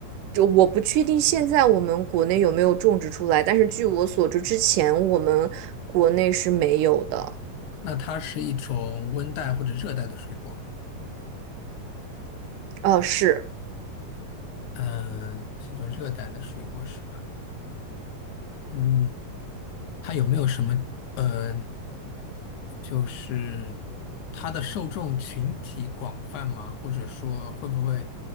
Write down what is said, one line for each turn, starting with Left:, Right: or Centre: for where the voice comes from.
Right: 就我不确定现在我们国内有没有种植出来，但是据我所知，之前我们国内是没有的。
Left: 那它是一种温带或者热带的水果吗？
Right: 哦，是
Left: 嗯、是一种热带的水果是吧？嗯。它有没有什么呃，就是它的受众群体广泛吗？或者说会不会